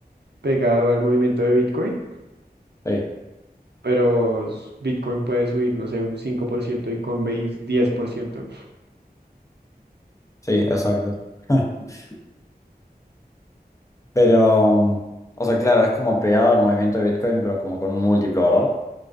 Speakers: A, on the right (about 80°); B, on the left (about 20°).
A: pegado al movimiento de Bitcoin,
B: Sí,
A: pero s- Bitcoin puede subir, no sé, un 5% y Coinbase diez por ciento
B: sí, exacto. <laughs> Pero, o sea, claro, es como pegado al movimiento de Bitcoin, pero como con un múltiplo, ¿verdad?